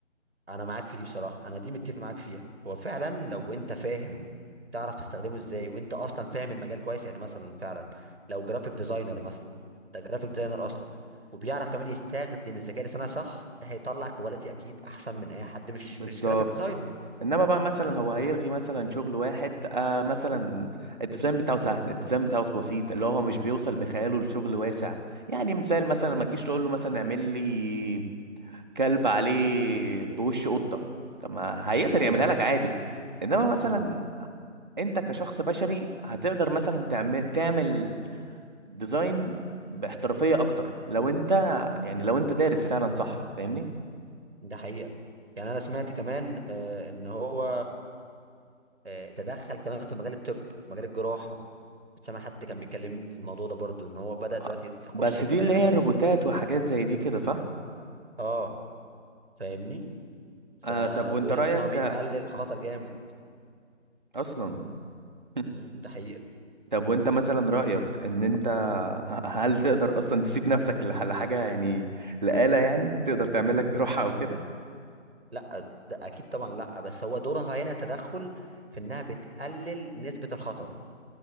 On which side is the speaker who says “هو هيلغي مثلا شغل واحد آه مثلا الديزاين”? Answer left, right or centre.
Right